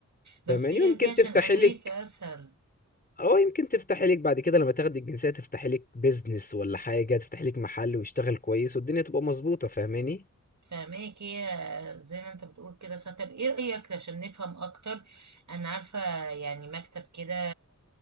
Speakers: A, on the right (about 70°); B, on the left (about 30°).
A: بس
B: فاهماني
A: هي
B: ويمكن
A: دي عشان
B: تفتحي
A: امريكا
B: لك
A: اسهل
B: اه يمكن تفتحي لك بعد كده لما تاخدي الجنسيه تفتحي لك بيزنس ولا حاجه تفتحي لك محل ويشتغل كويس والدنيا تبقى مظبوطه فاهماني
A: فاهماك هي زي ما انت بتقول كده ساعة طب ايه رأيك عشان نفهم اكتر انا عارفة يعني مكتب كده